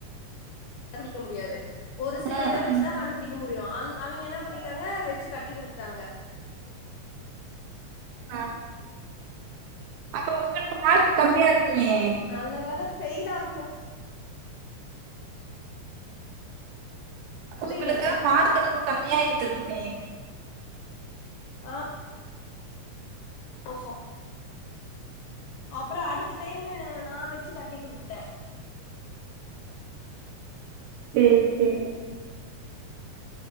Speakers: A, on the left; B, on the right.
A: கண்டுபிடிக்க முடியாது ஒரு சில
B: ம்,
A: இத வெச்சுதா
B: ம்.
A: கண்டுபிடிக்க முடியு அந் அவிங்க என்ன பண்ணிட்டாங்க வெச்சு கட்டி குடுத்துட்டாங்க
B: அ ம் இப்ப உங்களுக்கு மார்க் கம்மியா இருக்குமே
A: நல்ல வேல ஃபெயில் ஆகல புரியலைங்க
B: உங்களுக்கு மார்க் ரொம்ப கம்மியா இருந்துருக்குமே
A: ஆ தோசோ அப்ரோ அடுத்த டைமு நா வெச்சு கட்டி குடுத்துட்ட
B: சேர் சேரி